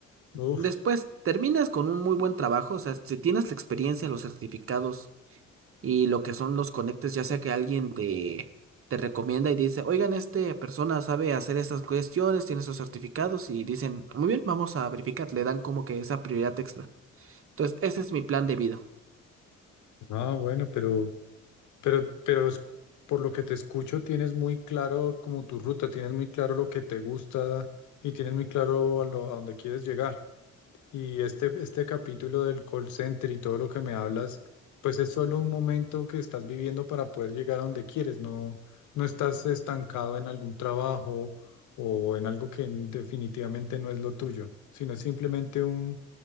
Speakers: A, on the left; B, on the right.
A: uf.
B: después terminas con un muy buen trabajo, o sea, si tienes la experiencia, los certificados y lo que son los conectes, ya sea que alguien te, te recomienda y dice, oigan, esta persona sabe hacer estas cuestiones, tiene esos certificados y dicen, muy bien, vamos a verificar, le dan como que esa prioridad extra. Entonces, ese es mi plan de vida.
A: Ah, bueno, pero, pero, pero es- por lo que te escucho, tienes muy claro como tu ruta, tienes muy claro lo que te gusta y tienes muy claro a, lo, a dónde quieres llegar. Y este, este capítulo del call center y todo lo que me hablas, pues es solo un momento que estás viviendo para poder llegar a donde quieres, no, no estás estancado en algún trabajo o en algo que en- definitivamente no es lo tuyo, sino es simplemente un,